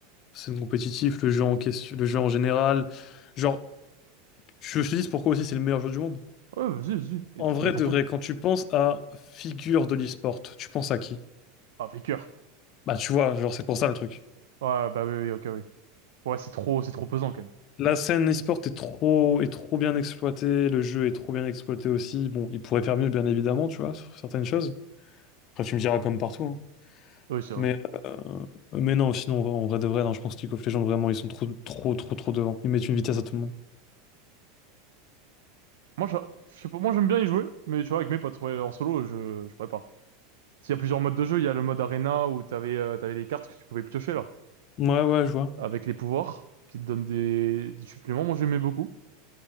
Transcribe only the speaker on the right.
Ouais, vas-y, vas-y. Et
t-
Détends-toi.
Ah, Faker.
Ouais, bah oui, oui, ok, oui. Ouais, c'est trop... c'est trop pesant, quand même.
Oui, c'est vrai.
Moi, je, je sais pas... Moi, j'aime bien y jouer, mais tu vois, avec mes potes, ouais, en solo, je, je pourrais pas. Il y a plusieurs modes de jeu. Il y a le mode arena où t'avais euh, t'avais les cartes que tu pouvais piocher là,
avec les pouvoirs qui te donnent des, des suppléments. Moi, j'aimais beaucoup.